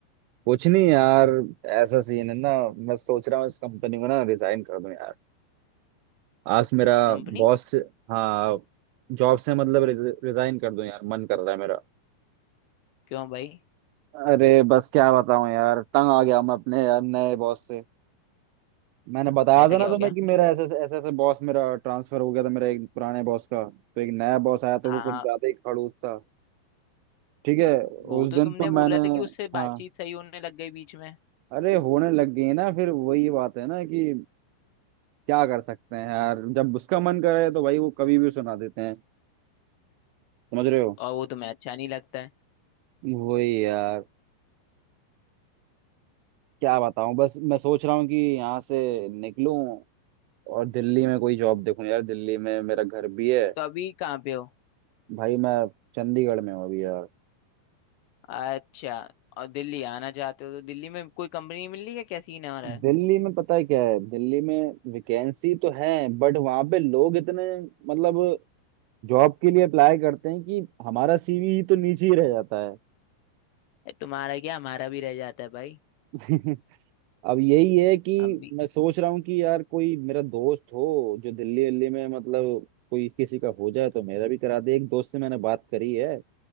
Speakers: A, on the right; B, on the left.
A: कुछ नहीं यार ऐसा सीन है ना मैं सोच रहा हूँ इस कंपनी को ना रिजाइन कर दूं यार आज मेरा
B: कंपनी
A: बॉस हाँ जॉब से मतलब रिजाइन कर दूं यार मन कर रहा है मेरा
B: क्यों भाई
A: अरे बस क्या बताऊं यार तंग आ गया मैं अपने यार नए बॉस से मैंने बताया
B: ऐसा
A: था
B: क्या
A: ना तुम्हें
B: हो गया
A: कि मेरा ऐसे ऐसे ऐसे बॉस मेरा ट्रांसफर हो गया था मेरा एक पुराने बॉस का तो एक नया बॉस आया
B: हाँ
A: तो वो कुछ
B: हाँ
A: ज्यादा ही खड़ूस था ठीक है
B: वो
A: उस दिन
B: तो तुमने
A: तो
B: बोला
A: मैंने
B: था कि उससे
A: हाँ
B: बातचीत सही होने लग गई बीच में
A: अरे होने लग गई ना फिर वही बात है ना कि क्या कर सकते हैं यार जब उसका मन करे तो भाई वो कभी भी सुना देते हैं समझ रहे हो
B: और वो तुम्हें अच्छा नहीं लगता है
A: वही यार क्या बताऊं बस मैं सोच रहा हूँ कि यहाँ से निकलूं और दिल्ली में कोई जॉब देखूं यार दिल्ली में मेरा घर भी है
B: तो अभी कहाँ पे हो
A: भाई मैं चंडीगढ़ में हूँ अभी यार
B: अच्छा और दिल्ली आना चाहते हो तो दिल्ली में कोई कंपनी मिल रही है क्या सीन आ रहा है
A: दिल्ली में पता है क्या है दिल्ली में वैकेंसी तो है बट वहां पे लोग इतने मतलब जॉब के लिए अप्लाई करते हैं कि हमारा सीवी ही तो नीचे ही रह जाता है
B: ए, तुम्हारा क्या हमारा भी रह जाता है भाई
A: <laughs> अब यही है कि
B: हम भी
A: मैं सोच रहा हूँ कि यार कोई मेरा दोस्त हो जो दिल्ली दिल्ली में मतलब कोई किसी का हो जाए तो मेरा भी करा दे एक दोस्त से मैंने बात करी है